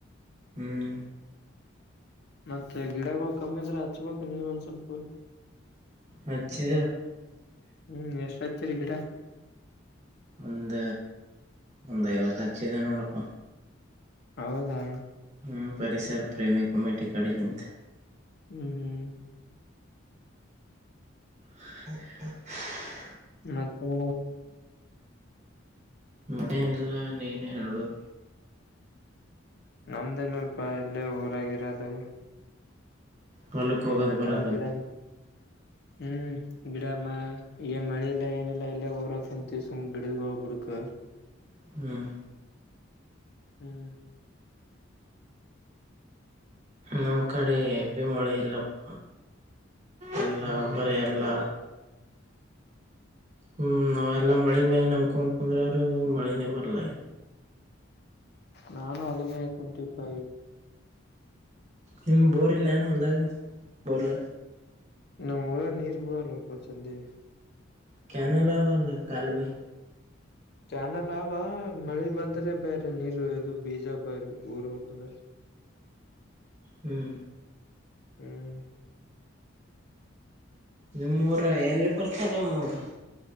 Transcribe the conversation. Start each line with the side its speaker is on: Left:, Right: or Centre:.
Right: ಹ್ಮ್
Left: ಮತ್ತೆ ಗಿಡಗಳು ಕಮ್ಮಿದ್ರೆ ಹಚ್ಬೇಕು ನೀವ ಒಂದ್ ಸ್ವಲ್ಪ
Right: ಹಚ್ಚಿದೆವು
Left: ಹ್ಮ ಹ್ಮ್ ಎಷ್ಟ್ ಹಚ್ಚಿದಿ ಗಿಡ
Right: ಒಂದ ಒಂದ್ ಐವತ್ ಹಚ್ಚಿದೆ ನೋಡಪ್ಪ
Left: ಹೌದಾ
Right: ಹ್ಞ ಪರಿಸರ ಪ್ರೇಮಿ ಕಮೇಟಿ ಕಡೆ ನಮ್ದು
Left: ಹ್ಮ್ ಹ್ಮ್
Right: ಹ್ಮ ಹಾ <unintelligible>
Left: ಮತ್ತೆ
Right: ಮತ್ತೇನಿಲ್ಲ ನೀನೇ ಹೇಳ್ಬೇಕು
Left: ನಮ್ದೇನಪ್ಪಾ ಇಲ್ಲೇ ಊರಾಗಿರೋದು
Right: ಹಲುಕ್ಕ ಹೋಗೋದು
Left: ಇಲ್ಲೆಲ್ಲಾ
Right: ಬರೋದು
Left: ಗಿಡ ಹ್ಮ್ ಗಿಡ ಮ ಈಗ ಮಳೆ ಇಲ್ಲ ಏನಿಲ್ಲಾ ಇಲ್ಲ ಊರ ಹಾಕೊಂಡ ತಸಕ ಗಿಡದ ಹೋಗ್ಬಿಡ್ಕ್
Right: ಹ್ಮ್
Left: ಹ್ಮ್
Right: ನಮ್ಮ್ ಕಡೆ ಹೆವಿ ಮಳೆ ಇಲ್ಲಪ್ಪ ಅಲ್ಲ
Left: ಹ್ಮ್ ಹ್ಮ್
Right: ಬರ ಅಲ್ಲ ಹ್ಮ್ ನಾವೆಲ್ಲಾ ಮಳೆ ಮ್ಯಾಗ ನಮ್ಕೆಂಡ್ ಕುಂದ್ರ ಅವರು ಮಳಿನೇ ಬರ್ಲ
Left: ನಾನು ಅದನ್ನೇ ಟ್ವೆಂಟಿ ಫೈ
Right: ನಿಮ್ಮ ಬೋರಿ ಇಲ್ಲೈನ್ ಹೊಲ್ದಾಗ ಬೋರ್
Left: ನಮ್ ಊರ ನೀರ ಬಿಳವಲ್ವಾ ಅಪ್ಪ ರ್ಜಲ್ದಿ
Right: ಕನಲ್ಲಾವಲ್ಲ ಕಾಲುವೇ
Left: ಕ್ಯಾನಲ್ ಅವವಾ ಮಳೆ ಬಂದ್ರೆ ಬೇರೆ ನೀರು ಇದು ಬೀಜ ಊರ್ ಹಂದ್ರೆ
Right: ಹ್ಮ್
Left: ಹ್ಮ್
Right: ನಿಮ್ಮೂರ ಎಲ್ಲಿ ಬರ್ತ ನಿಮ್ಮೂರು